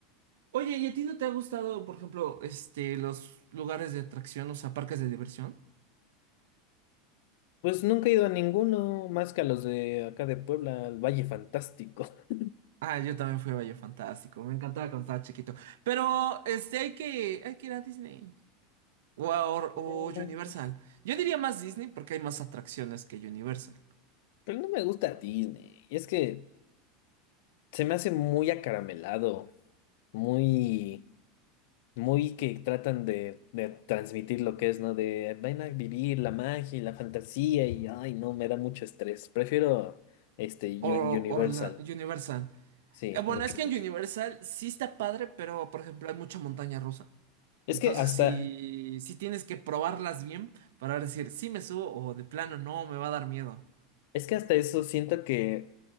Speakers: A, on the right; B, on the left.
A: Oye, ¿y a ti no te ha gustado, por ejemplo, este, los lugares de atracción, o sea, parques de diversión?
B: Pues nunca he ido a ninguno más que a los de acá de Puebla, al Valle Fantástico. <laughs>
A: Ah, yo también fui a Valle Fantástico, me encantaba cuando estaba chiquito. Pero, este, hay que, hay que ir a Disney. O, a- Or- o
B: Mm,
A: Universal. Yo diría más Disney porque hay más atracciones que Universal.
B: Pero no me gusta Disney, y es que se me hace muy acaramelado, muy... muy que tratan de, de transmitir lo que es, ¿no? De ven a vivir la magia y la fantasía y ay, no, me da mucho estrés. Prefiero este
A: O
B: Un- Universal.
A: Orla- Universal.
B: Sí,
A: Eh, Bueno,
B: mucho,
A: es que en
B: mucho.
A: Universal sí está padre, pero por ejemplo hay mucha montaña rusa. Entonces
B: Es que hasta,
A: sí, sí tienes que probarlas bien para decir si me subo o de plano no, me va a dar miedo.
B: es que hasta eso siento que,